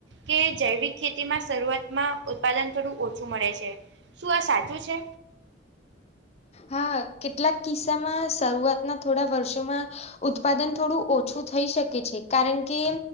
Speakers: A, on the right; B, on the left.
A: કે જૈવિક ખેતીમાં શરૂઆતમાં ઉત્પાદન થોડું ઓછું મળે છે શું આ સાચું છે.
B: હા કેટલાક કિસ્સામાં શરૂઆતના થોડા વર્ષોમાં ઉત્પાદન થોડું ઓછું થઈ શકે છે કારણ કે